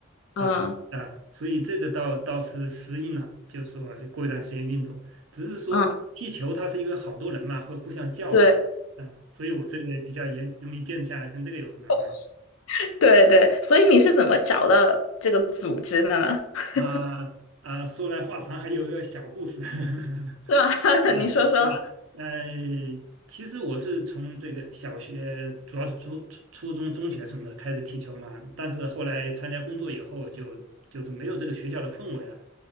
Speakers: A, on the left (about 75°); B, on the right (about 65°).
A: 嗯
B: 呃呃，所以这个倒倒是适应了，就是说过一段时间运动，只是说踢球它是因为好多人嘛，
A: 嗯，
B: 会互相叫唤，
A: 对
B: 嗯、所以我这个比较严容易坚持下来，跟这个有很大关系。
A: <laughs> 对对，所以你是怎么找到这个组织的呢？<laughs>
B: 啊啊，说来话长，还有个小故事。<laughs>
A: 对吧？
B: 啊，
A: <laughs> 你说说，
B: 对，呃，其实我是从这个小学，主要是初初初中、中学什么的开始踢球嘛，但是后来参加工作以后就，就是没有这个学校的氛围了。